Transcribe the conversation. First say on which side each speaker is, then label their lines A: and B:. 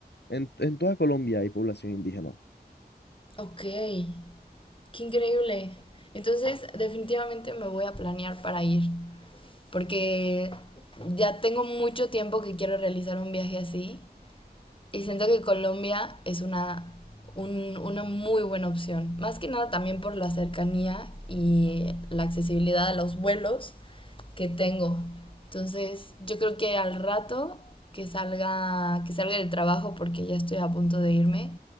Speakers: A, on the left; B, on the left.
A: en, en toda Colombia hay población indígena.
B: Ok, qué increíble. Entonces, definitivamente me voy a planear para ir. porque ya tengo mucho tiempo que quiero realizar un viaje así y siento que Colombia es una, un- una muy buena opción. Más que nada también por la cercanía y la accesibilidad a los vuelos que tengo. Entonces, yo creo que al rato que salga, que salga del trabajo, porque ya estoy a punto de irme,